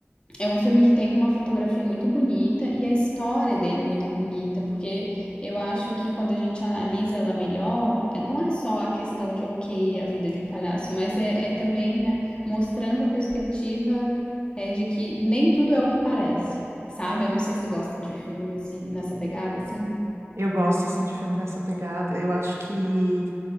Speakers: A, on the left (about 25°); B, on the right (about 75°).
A: é um filme que tem uma fotografia muito bonita e a história dele é muito bonita, porque eu acho que quando a gente analisa ela melhor, eh, não é só a questão de, ok, a vida de um palhaço, mas é, é também a- mostrando a perspectiva eh, de que nem tudo é o que parece, sabe? Eu não sei se tu gosta de filme nesse, nessa pegada, assim.
B: Eu gosto, assim, de filme nessa pegada. Eu acho que